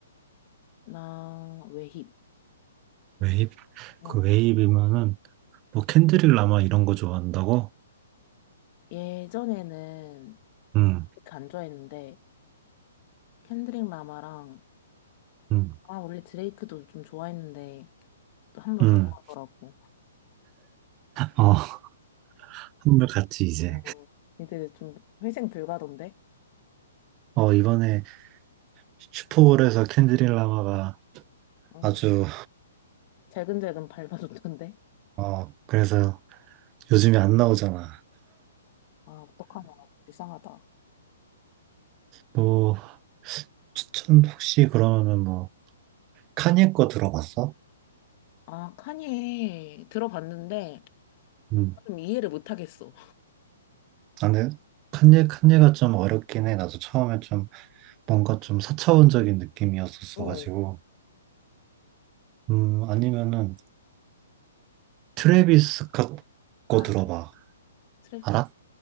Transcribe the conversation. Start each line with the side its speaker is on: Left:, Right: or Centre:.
Left: 나 외힙.
Right: 웨이브,
Left: 어.
Right: 그 웨이브면은, 뭐, 캔드릭 라마 이런 거 좋아한다고?
Left: 예전에는
Right: 응,
Left: 그렇게 안 좋아했는데 켄드릭 라마랑
Right: 응,
Left: 아 원래 드레이크도 좀 좋아했는데 또 한 번
Right: 응.
Left: 간 것 같더라고.
Right: 어, 한물 같이 이제.
Left: 어, 이제 좀 회생 불가던데?
Right: 어, 이번에 슈퍼볼에서 캔드릭 라마가
Left: 어,
Right: 아주,
Left: 재근재근 밟아줬던데?
Right: 어, 그래서 요즘에 안 나오잖아.
Left: 아 어떡하나 불쌍하다.
Right: 뭐, 추천 혹시 그러면은 뭐, 카니에 거 들어봤어?
Left: 아 카니에 들어봤는데
Right: 응.
Left: 좀 이해를 못하겠어.
Right: 아, 근데 칸예, 칸예가 좀 어렵긴 해. 나도 처음에 좀 뭔가 좀 사차원적인 느낌이었었어가지고.
Left: 어.
Right: 음, 아니면은 트래비스 스캇 거
Left: 아
Right: 들어봐.
Left: 트래비스
Right: 알아?